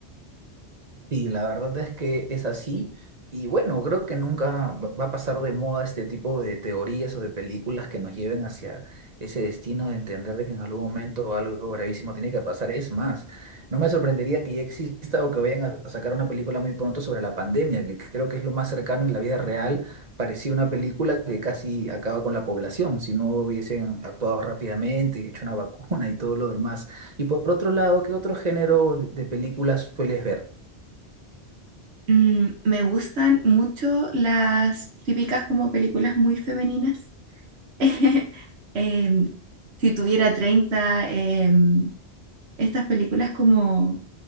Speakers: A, on the right; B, on the right.
A: Sí, la verdad es que es así. Y bueno, creo que nunca va va a pasar de moda este tipo de teorías o de películas que nos lleven hacia ese destino de entender de que en algún momento algo gravísimo tiene que pasar. Es más, no me sorprendería que ya exista o que vayan a, a sacar una película muy pronto sobre la pandemia, que creo que es lo más cercano en la vida real. Parecía una película que casi acaba con la población, si no hubiesen actuado rápidamente y hecho una vacuna y todo lo demás. Y por otro lado, ¿qué otro género de de películas sueles ver?
B: Mm, me gustan mucho las típicas como películas muy femeninas. <laughs> Em, si tuviera treinta em, estas películas como